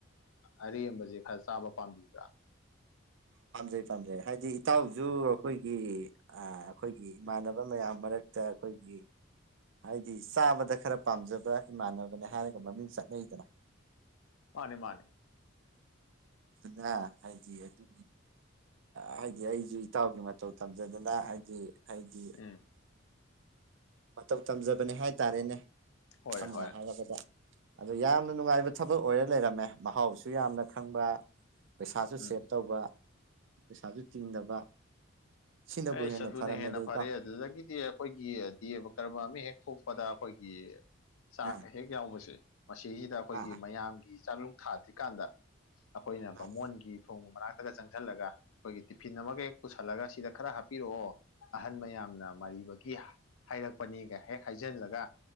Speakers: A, on the left; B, on the right.
A: ꯑꯔꯦꯝꯕꯁꯦ ꯈꯔ ꯆꯥꯕ ꯄꯥꯝꯕꯤꯌꯨ
B: ꯄꯥꯝꯖꯩ ꯄꯥꯝꯖꯩ ꯍꯥꯏꯗꯤ ꯏꯇꯥꯎꯁꯨ ꯑꯩꯈꯣꯏꯒꯤ ꯑꯩꯈꯣꯏ ꯏꯃꯥꯟꯅꯕ ꯃꯌꯥꯝ ꯃꯔꯛꯇ ꯑꯩꯈꯣꯏꯒꯤ ꯍꯥꯏꯗꯤ ꯆꯥꯕꯗ ꯈꯔ ꯄꯥꯝꯖꯕ ꯏꯃꯥꯟꯅꯕꯅꯦ ꯍꯥꯏꯔꯒ ꯃꯃꯤꯡ ꯆꯠꯅꯩꯗꯅ
A: ꯃꯥꯅꯤ ꯃꯥꯅꯤ
B: ꯌꯥ ꯍꯥꯏꯗꯤ ꯑꯗꯨ ꯍꯥꯏꯗꯤ ꯑꯩꯁꯨ ꯏꯇꯥꯎꯒꯤ ꯃꯇꯧ ꯊꯝꯖꯗꯅ ꯍꯥꯏꯗꯤ ꯍꯥꯏꯗꯤ
A: ꯎꯝ
B: ꯃꯇꯧ ꯇꯝꯖꯕꯅꯦ ꯍꯥꯏꯇꯥꯔꯦꯅꯦ
A: ꯍꯣꯏ
B: ꯁꯝꯅ
A: ꯍꯣꯏ
B: ꯍꯥꯏꯔꯕ ꯑ ꯑꯗꯣ ꯌꯥꯝꯅ ꯅꯨꯡꯉꯥꯏꯕ ꯊꯕꯛ ꯑꯣꯏꯔ ꯂꯩꯔꯝꯃꯦ ꯃꯍꯥꯎꯁꯨ ꯌꯥꯝꯅ ꯈꯪꯕ ꯄꯩꯁꯥꯁꯨ
A: ꯎꯝ
B: ꯁꯦꯚ ꯇꯧꯕ ꯄꯩꯁꯥꯁꯨ ꯇꯤꯡꯗꯕ ꯁꯤꯅꯕꯨ
A: ꯑꯩꯁ ꯑꯗꯨꯅ
B: ꯐꯔꯝꯃꯦꯗ
A: ꯍꯦꯟꯅ ꯐꯔꯦ
B: ꯏꯇꯥꯎ
A: ꯑꯗꯨꯗꯒꯤꯗꯤ ꯑꯩꯈꯣꯏꯒꯤ ꯗꯦꯕ ꯀꯔꯕꯥꯔ ꯑꯃ ꯍꯦꯛ ꯊꯣꯛꯄꯗ ꯑꯩꯈꯣꯏꯒꯤ ꯆꯥꯛꯀ
B: ꯑꯥ
A: ꯍꯦꯛ ꯌꯥꯎꯕꯁꯦ ꯃꯁꯤꯁꯤꯗ ꯑꯩꯈꯣꯏꯒꯤ
B: ꯑꯥ ꯑꯥ
A: ꯃꯌꯥꯝꯒꯤ ꯀꯥꯡꯂꯨꯞ ꯊꯥꯗ꯭ꯔꯤꯀꯥꯟꯗ ꯑꯩꯈꯣꯏꯅ ꯚꯃꯣꯟꯒꯤ
B: ꯑꯥ
A: ꯊꯣꯡꯕ ꯃꯅꯥꯛꯇꯒ ꯆꯪꯁꯤꯜꯂꯒ ꯑꯩꯈꯣꯏꯒꯤ ꯇꯤꯐꯤꯟ ꯑꯃꯒ ꯍꯦꯛ ꯄꯨꯁꯜꯂꯒ ꯁꯤꯗ ꯈꯔ ꯍꯥꯞꯄꯤꯔꯛꯑꯣ ꯑꯍꯟ ꯃꯌꯥꯝꯅ ꯃꯔꯤꯕꯒꯤ ꯍꯥꯏꯔꯛꯄꯅꯤꯒ ꯍꯦꯛ ꯍꯥꯏꯖꯤꯜꯂꯒ